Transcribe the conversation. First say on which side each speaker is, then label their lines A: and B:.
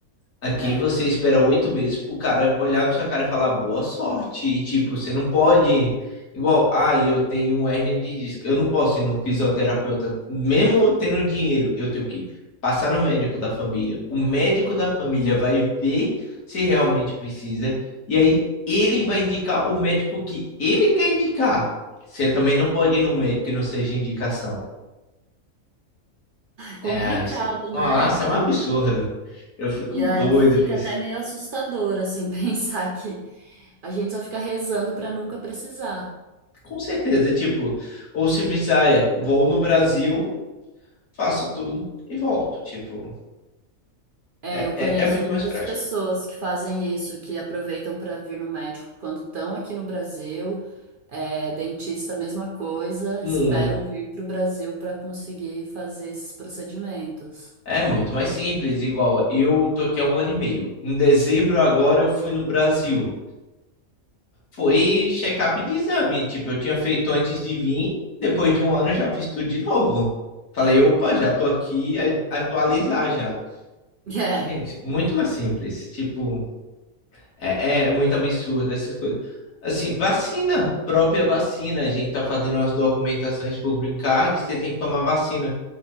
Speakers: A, on the left (about 70°); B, on the right (about 65°).
A: Aqui
B: É
A: você espera oito meses pro cara olhar na sua cara e falar boa sorte. E tipo, você não pode. Igual, ah, eu tenho um hérnia de disco. Eu não posso ir no fisioterapeuta. Mesmo eu tendo dinheiro, eu tenho que passar no médico da família. O médico da família vai ver se realmente precisa. E aí ele vai indicar o médico que ele quer indicar. Você também não pode ir no médico que não seja indicação.
B: complicado,
A: É, isso... Nossa,
B: né?
A: é um
B: E,
A: absurdo. Eu fico
B: E
A: doido
B: aí fica
A: com isso.
B: até meio assustador, assim, <laughs> pensar que a gente só fica rezando para nunca precisar.
A: Com certeza, tipo, ou se precisar, é, vou no Brasil, faço tudo e volto. Tipo,
B: É,
A: é,
B: eu
A: é,
B: conheço
A: é muito
B: muitas
A: mais prático.
B: pessoas que fazem isso, que aproveitam para vir no médico quando estão aqui no Brasil, é, dentista, mesma coisa,
A: Muito.
B: esperam vir para o Brasil para conseguir fazer esses procedimentos.
A: É muito mais simples, igual eu tô aqui há um ano e meio. Em dezembro agora eu fui no Brasil. Foi check-up de exame, tipo, eu tinha feito antes de vir, depois de um ano eu já fiz tudo de novo. Falei, opa, já tô aqui, a- atualizar já.
B: <laughs>
A: Gente, muito mais simples, tipo, É, é muito absurdo essas coisas. Assim, vacina, própria vacina. A gente tá fazendo umas documentações pro Green Card, você tem que tomar vacina.